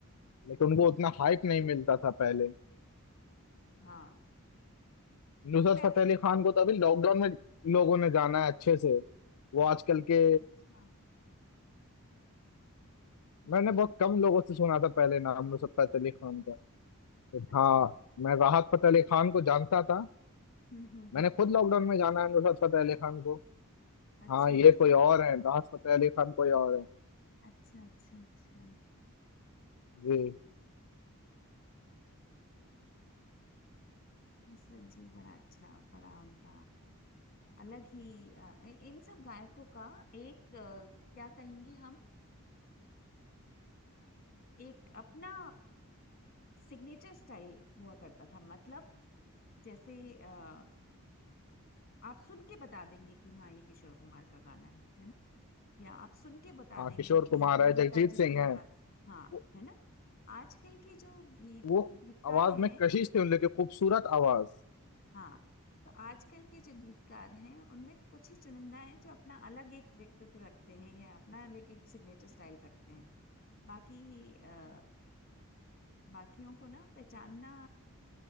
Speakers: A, on the left; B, on the left.
A: लेकिन उनको उतना हाइप नहीं मिलता था पहले
B: हाँ
A: नुसरत
B: मतलब पहले
A: फतेह अली खान को तो अभी लॉकडाउन में लोगों ने जाना है अच्छे से वो आजकल के
B: अच्छा
A: मैंने बहुत कम लोगों से सुना था पहले नाम नुसरत फतेह अली खान का
B: अच्छा
A: हाँ मैं राहत फतेह अली खान को जानता था
B: हम्म हम्म
A: मैंने
B: हम्म
A: खुद लॉकडाउन में जाना है नुसरत फतेह अली खान को
B: अच्छा
A: हाँ ये
B: अच्छा
A: कोई और है राहत फतेह अली खान कोई और है
B: अच्छा अच्छा अच्छा
A: जी
B: नुसरत जी बड़ा अच्छा बड़ा उनका अलग ही अ, इन सब गायकों का एक अ, क्या कहेंगे हम एक अपना सिग्नेचर स्टाइल हुआ करता था मतलब जैसे अ, आप सुन के बता देंगे कि हाँ ये किशोर कुमार का गाना है है ना या आप सुन के बता
A: हाँ
B: देंगे
A: किशोर
B: कि
A: कुमार है
B: ये लता
A: जगजीत
B: जी
A: सिंह
B: की
A: है
B: आवाज हाँ
A: वो,
B: है ना आजकल के जो गीत
A: वो
B: गीतकार
A: आवाज
B: हैं
A: में कशिश थी उन लोग की खूबसूरत आवाज
B: हाँ तो आजकल के जो गीतकार हैं उनमें कुछ ही चुनिंदा हैं जो अपना अलग एक व्यक्तित्व रखते हैं या अपना अलग एक सिग्नेचर स्टाइल रखते हैं बाकी आ, बाकियों को ना पहचानना